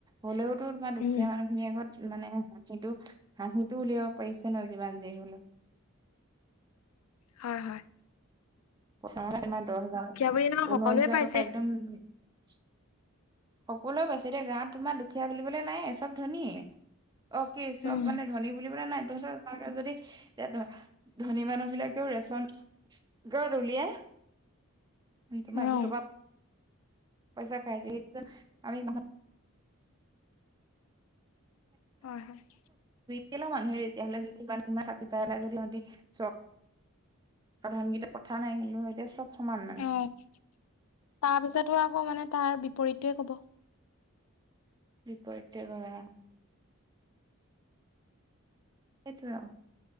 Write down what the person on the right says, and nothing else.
হ'লেওতো তোমাৰ দুখীয়া
মানুহখিনিৰ আগত মানে হাঁহিটো-হাঁহিটো উলিয়াব পাৰিছে ন যিমান যি হ'লেও
পইচা আমাৰ দহ হাজাৰ
ঊনৈশ হাজাৰ
টকা একদম সকলোৱে পাইছে দেই গাঁৱত তোমাৰ দুখীয়া বুলিবলৈ নায়ে চব ধনীয়ে অ কি চব
মানে ধনী বুলিবলে নাই তহঁতৰ ফালে যদি এতিয়া ধনী মানুহ বিলাকেও ৰেচন কাৰ্ড উলিয়াই তোমাক
দু পৰা পইচা খাইজে হ <unintelligible> আমি
কেলৈ মানুহে তেতিয়াহ'লে যদি ক চাকৰি পাই যদি সিহঁতি চক প্ৰধান কিতা কথা নাই কিন্তু এতিয়া চব সমান মানে
বিপৰীতে -- সেইটোৱে আৰু